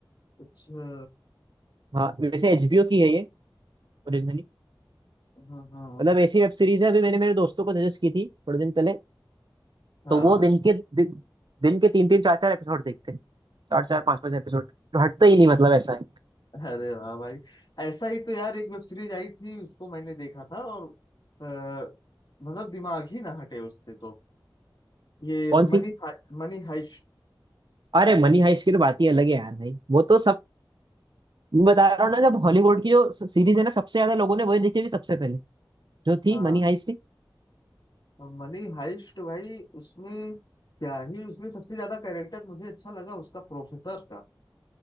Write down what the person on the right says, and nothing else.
हाँ वैसे एचबीओ की है ये ओरिजिनली
मतलब ऐसी वेब सीरीज है अभी मैंने मेरे दोस्तों को सजेस्ट की थी थोड़े दिन पहले
तो वो
दिन के दिन, दिन के तीन तीन चार चार एपिसोड देखते हैं चार चार पांच पांच एपिसोड तो हटता ही नहीं मतलब ऐसा है
कौन
सी
अरे मनी हाइस्ट की तो बात ही अलग है यार भाई वो तो सब मैं बता रहा हूँ ना जब हॉलीवुड की जो सीरीज है ना सबसे ज्यादा लोगों ने वही देखी होगी सबसे पहले जो
थी मनी हाइस्ट थी